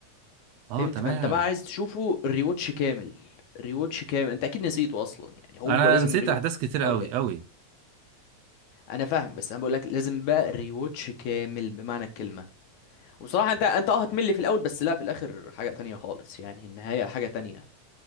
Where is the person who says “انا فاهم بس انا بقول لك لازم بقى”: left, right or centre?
Left